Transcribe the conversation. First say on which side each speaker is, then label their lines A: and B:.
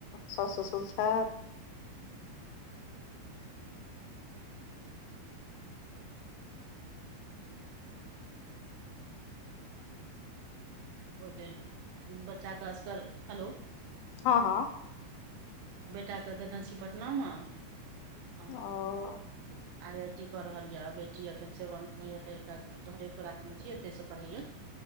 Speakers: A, on the left; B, on the right.
A: साउस ससुर छैथ
B: ओ दिल बच्चा कऽ असर हेलो
A: हऽ हऽ
B: बेटा कऽ देने छी पटना म <unintelligible> आई
A: ओ
B: आई टी कऽ रहल यऽ बेटी य सेवंथ में यऽ तोहरे <unintelligible> भर रखने छै य तैस पढ़ैय